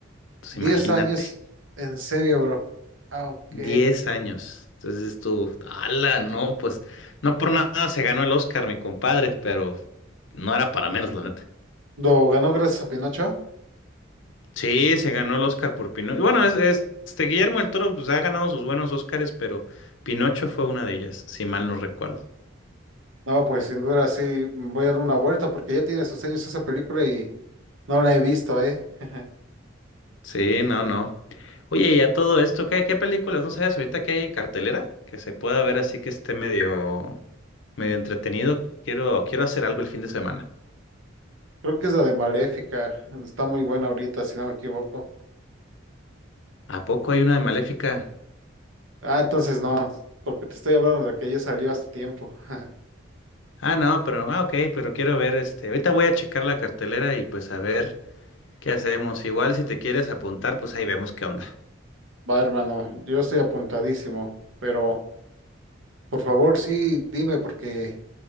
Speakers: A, on the left (about 70°); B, on the right (about 75°).
A: Entonces,
B: Diez
A: imagínate,
B: años, en serio, bro. Ah, ok.
A: 10 años. Entonces tú, ala, no, pues, no por nada se ganó el Oscar, mi compadre, pero no era para menos, la neta.
B: ¿Lo ganó gracias a Pinocho?
A: Sí, se ganó el Oscar por Pinocho. Bueno, es, es- este Guillermo del Toro, pues ha ganado sus buenos Oscars, pero Pinocho fue una de ellas, si mal no recuerdo.
B: No, pues sin duda sí, voy a dar una vuelta porque ya tiene sus años esa película y no la he visto, ¿eh? <laughs>
A: Sí, no, no. Oye, y a todo esto, ¿qué, qué películas? ¿No sabes ahorita qué hay en cartelera? Que se pueda ver así que esté medio, medio entretenido. Quiero, quiero hacer algo el fin de semana.
B: Creo que es la de Maléfica, está muy buena ahorita, si no me equivoco.
A: ¿A poco hay una de Maléfica?
B: Ah, entonces no, porque te estoy hablando de la que ya salió hace tiempo. <laughs>
A: Ah, no, pero, ah, ok, pero quiero ver este. Ahorita voy a checar la cartelera y pues a ver qué hacemos. Igual si te quieres apuntar, pues ahí vemos qué onda.
B: Va, hermano, yo estoy apuntadísimo, pero por favor, sí, dime, porque